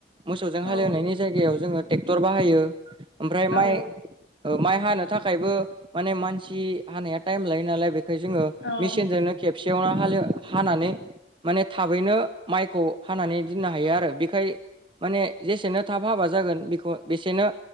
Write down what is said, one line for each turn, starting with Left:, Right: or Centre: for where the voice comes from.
Right: मोसौजों
Left: औ
Right: हालेवनायनि जायगायाव जोङो ट्रेक्टर बाहायो ओमफ्राय
Left: औ
Right: माइ माइ हानो थाखायबो माने मानसि हानाया टाइम लायो नालाय बे खाय जोङो
Left: औ
Right: मेसिनजोंनो खेबसेयावनो हालेव हानानै माने थाबैनो माइखौ हानानै दिननो हायो आरो बेखाय माने जेसेनो थाब हाबा जागोन बेखौ बेसेनो